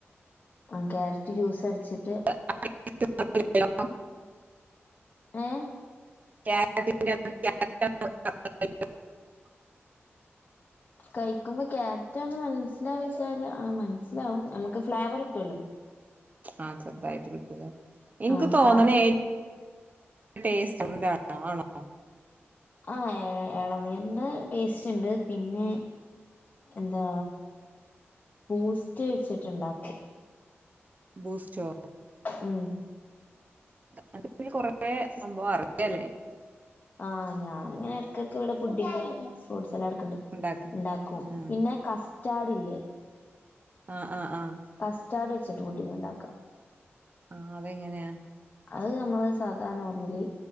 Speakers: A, on the left (about 40°); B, on the right (about 35°).
A: ആ ക്യാരറ്റ് ജ്യൂസ് അടിച്ചിട്ട്
B: <unintelligible>
A: ഏഹ്
B: <unintelligible>
A: കഴിക്കുമ്പോ ക്യാരറ്റാണെന്ന് മനസ്സിലാവച്ചാൽ അത് മനസ്സിലാവും നമുക്ക് ഫ്ലേവർ കിട്ടൊല്ലോ
B: ആ ചെറ്തായിട്ട് കിട്ടുലേ ഇൻക്ക്
A: ആഹ്
B: തോന്നണ
A: കാ
B: ഏറ്റവും ടേസ്റ്റ് <unintelligible> ആണോ
A: ആ എളനീൻ്റെ ടേസ്റ്റ് ഉണ്ട് പിന്നെ എന്താ ബൂസ്റ്റ് വെച്ചിട്ടുണ്ടാക്കും
B: ബൂസ്‌റ്റോ
A: ഉം
B: അൻക് പിന്നെ കൊറേ സംഭവം അറിയലേ
A: ആഹ് ഞാനിങ്ങനെ എട്ക്കട്ക്ക് ഇവിടെ ഫുഡിങ് ഫ്രൂട്ട്സ് എല്ലാം എടക്കുണ്ട്
B: ഉണ്ടാക്കാൻ
A: ഉണ്ടാക്കും
B: ഉം,
A: പിന്നെ കസ്റ്റാർഡ്ല്ലേ
B: ആഹ് ആഹ് ആഹ്
A: കസ്റ്റാർഡ് വെച്ചിട്ട് ഫുഡിംഗ് ഉണ്ടാക്കാം
B: ആ അതെങ്ങനെയാ
A: അത് നമ്മള് സാധാരണ നോർമലി